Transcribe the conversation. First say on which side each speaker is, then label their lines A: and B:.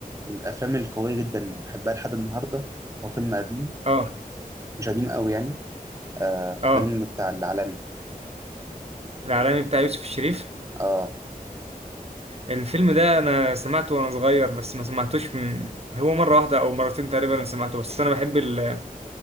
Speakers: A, on the right (about 20°); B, on the right (about 45°).
A: من الافلام القويه جدا وبحبها لحد النهارده هو فيلم قديم
B: اه
A: مش قديم قوي يعني آه
B: اه
A: فيلم بتاع العالمي
B: العالمي بتاع يوسف الشريف
A: اه
B: الفيلم ده انا سمعته وانا صغير بس ما سمعتوش من هو مره واحده او مرتين تقريبا اللي سمعته بس انا بحب ال...